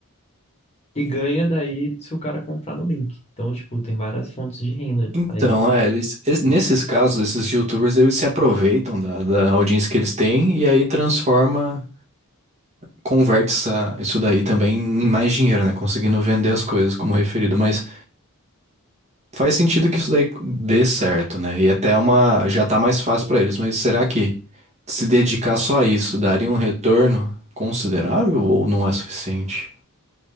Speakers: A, on the left (about 30°); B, on the right (about 30°).
A: E ganha daí se o cara comprar no link. Então, tipo, tem várias fontes de renda
B: Então,
A: aí.
B: é, eles, es- nesses casos, esses YouTubers, eles se aproveitam da, da audiência que eles têm e aí transforma. converte essa- isso daí também em mais dinheiro, né? Conseguindo vender as coisas como referido, mas faz sentido que isso daí dê certo, né? E até uma já tá mais fácil pra eles, mas será que se dedicar só a isso daria um retorno considerável ou não é suficiente?